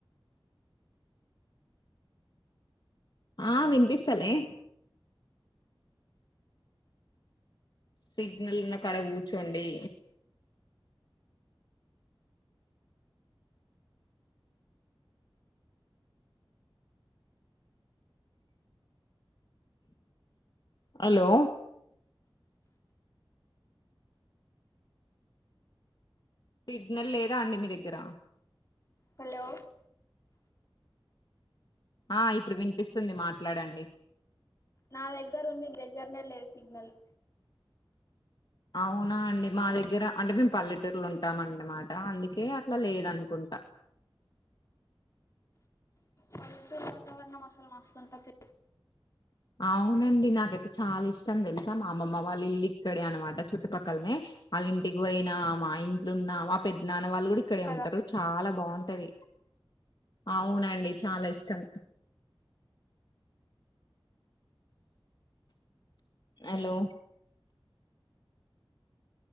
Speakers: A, on the left; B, on the left.
A: ఆ విన్పిస్తలే సిగ్నల్ ఉన్న కాడ గూర్చోండి హలో సిగ్నల్ లేదా అండి మీ దెగ్గర
B: హల్లో
A: ఆ ఇప్పుడు విన్పిస్సుంది మాట్లాడండి
B: నా దగ్గర ఉంది నీ దగ్గరనే లేదు సిగ్నల్
A: అవునా అండి మా దగ్గర అంటే మేమ్ పల్లెటూరులో ఉంటాం అన్న మాట అందుకే అట్ల లేదనుకుంట
B: పల్లెటూరు వాతావరణం అస్సల్ మస్త్ ఉంటది
A: అవునండి నాకైతే చాలా ఇష్టం దెల్సా మా అమమ్మ వాళ్ళ ఇల్లు ఇక్కడే అనమాట చుట్టుపక్కల్నే ఆళ్ళ ఇంటికి వొయినా మా ఇంట్లున్నా వా పెద్నాన్న వాళ్ళు గూడ ఇక్కడే
B: కదా
A: ఉంటరు చాలా బా ఉంటది అవునండి చాలా ఇష్టం అలో